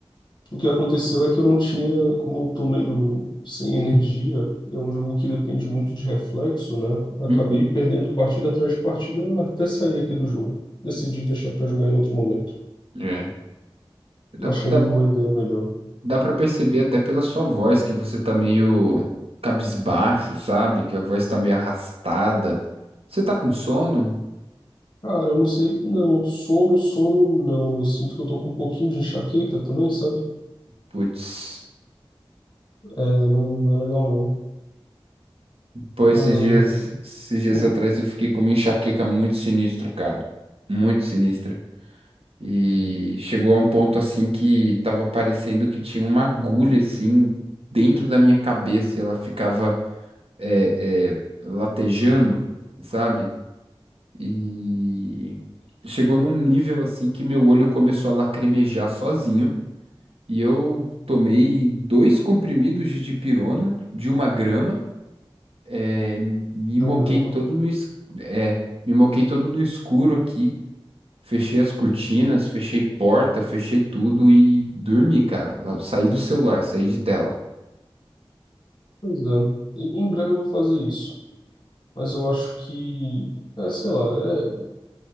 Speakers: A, on the left; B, on the right.
A: O que aconteceu é que eu não tinha, como eu tô meio sem energia, é um jogo que depende muito de reflexo, né? Eu Acabei
B: uhum.
A: perdendo partida atrás de partida até sair aqui do jogo. Decidi deixar para jogar em outro momento.
B: É. Dá,
A: Eu
B: pra-
A: achei
B: dá,
A: uma ideia melhor.
B: Dá pra perceber até pela sua voz que você tá meio cabisbaixo, sabe? Que a voz tá meio arrastada. Você tá com sono?
A: Cara, eu não sei, não. Sono, sono, não. Eu sinto que eu tô com um pouquinho de enxaqueca também, sabe?
B: Putz.
A: É, não, não é legal, não.
B: Pô, esses
A: Ah,
B: dias, esses dias
A: um,
B: atrás eu fiquei com uma enxaqueca muito sinistra, cara. Muito sinistra. E chegou a um ponto assim que tava parecendo que tinha uma agulha assim dentro da minha cabeça e ela ficava é, é, latejando, sabe? E chegou num nível assim que meu olho começou a lacrimejar sozinho. E eu tomei dois comprimidos de dipirona de uma grama. eh, me
A: de
B: moquei
A: um grama.
B: todo no, es- eh, me moquei todo no escuro aqui. Fechei as cortinas, fechei porta, fechei tudo e dormi, cara. Lá- Saí do celular, saí de tela.
A: Pois é. Em em breve eu vou fazer isso. Mas eu acho que, é, sei lá, é,